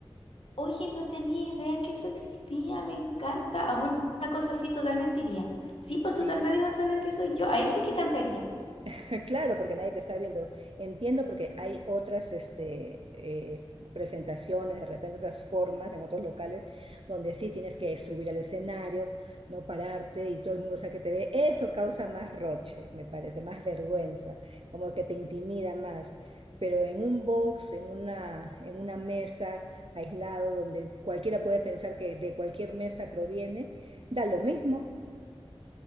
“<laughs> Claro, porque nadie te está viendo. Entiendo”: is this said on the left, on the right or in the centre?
Right